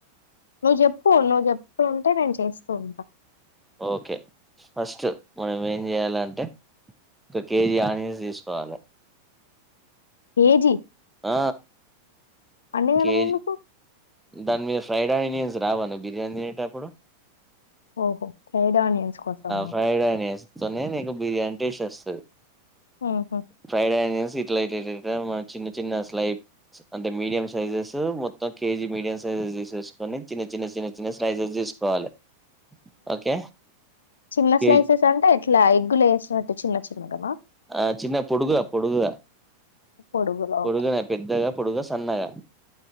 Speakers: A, on the left; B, in the centre.
A: నువ్ జెప్పు నువ్ జెప్తూ ఉంటే నేన్ చేస్తూ ఉంటా
B: ఓకే ఫస్ట్ మనం ఏం చేయాలంటే ఒక కేజీ ఆనియన్స్ తీస్కోవాలె
A: కేజీ
B: ఆ
A: అన్నిగనం
B: కేజీ
A: ఎందుకు
B: దాని మీరు ఫ్రైడ్ ఇనియన్స్ రావను బిర్యానీ తినేటప్పుడు
A: ఓహో ఫ్రైడ్ ఆనియన్స్ కోసమా
B: ఫ్రైడ్ న బిర్యానీ టేసి వస్తుంది
A: ఊహూ
B: ఫ్రైడ్న్స్ సట్ ట్ చిన్న చిన్న స్లై అంటే మీడియం సైజస్ మొత్తం కేజీ మీడియం సైజ్ తీసేసుకొని చిన్న చిన్న చిన్న చిన్న స్లైసెస్ తీసుకోవాలి ఓకే
A: చిన్న
B: కేజీ
A: స్లైసెస్ అంటే ఇట్లా ఎగ్గులు వేస్త అ చిన్న చిన్నగనా
B: ఆ చిన్న పొడుగు పొడుగుగా
A: పొడుగులో
B: పొడుగనే
A: ఓకే
B: పెద్దగా పొడుగ సన్నగా